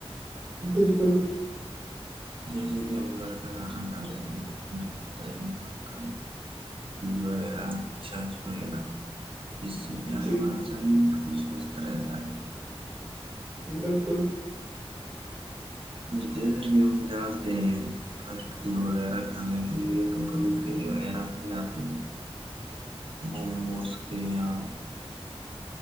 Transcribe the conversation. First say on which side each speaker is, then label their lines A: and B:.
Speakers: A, on the right (about 40°); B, on the right (about 55°).
A: بالکل
B: جیسے کہ ہم ل گڑ کا گانا گانیں دودھ ت ک وغیرہ چارچ وغیرہ جس سے کیا ہے
A: جی
B: ہمارا شریر بالکل سوستھ رہتا ہے
A: بالکل
B: جیسے کہ ہم جانے ہیں فاسٹ فوڈ وغیرہ کھانے کے لیے تو کبھی کے وغیر میں جات ہیں موموز کے اں